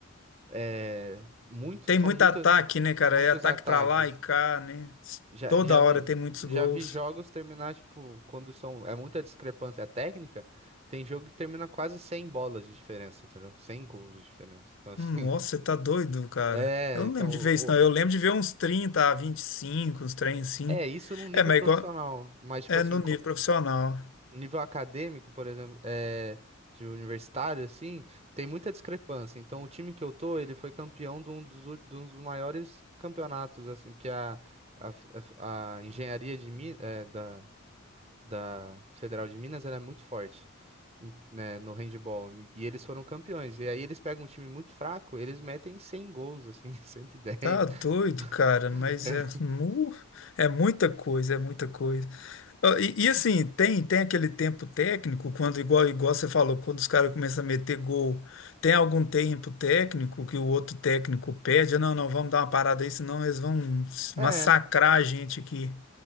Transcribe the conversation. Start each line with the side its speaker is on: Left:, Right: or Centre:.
Right: é muito,
Left: Tem
Right: são
Left: muito
Right: muita,
Left: ataque, né, cara?
Right: muitos
Left: É ataque
Right: ataques.
Left: pra lá e cá, né?
Right: Já,
Left: Toda
Right: já
Left: hora
Right: vi,
Left: tem muitos
Right: já
Left: gols.
Right: vi jogos terminar, tipo, quando são, é muita discrepância técnica, tem jogo que termina quase 100 bolas de diferença, entendeu? 100 gols de diferença. Então, assim,
Left: Nossa, você tá doido, cara.
Right: <laughs> é,
Left: Eu
Right: então,
Left: não lembro de
Right: o-
Left: ver isso, não. Eu lembro de ver uns 30 a 25, uns trem assim.
Right: é isso num nível
Left: É, mas
Right: profissional,
Left: é igual,
Right: mas, tipo
Left: é
Right: assim,
Left: no nível
Right: co-
Left: profissional.
Right: nível acadêmico, por exemplo, é, de universitário, assim, tem muita discrepância. Então, o time que eu tô, ele foi campeão de um dos, ú- de um dos maiores campeonatos, assim, porque a, a, f- a f- a engenharia de, Mi- é, da, da Federal de Minas, ela é muito forte. em- né, no handball, e e eles foram campeões. E aí eles pegam um time muito fraco, eles metem 100 gols, assim, <laughs> cento e dez.
Left: Tá doido, cara, mas
Right: <laughs>
Left: é, mu- é muita coisa, é muita coisa. Ó, E, e assim, tem tem aquele tempo técnico, quando igual, igual você falou, quando os caras começam a meter gol, tem algum tempo técnico que o outro técnico pede, não, não, vamos dar uma parada aí, senão eles vão
Right: É,
Left: massacrar a gente aqui,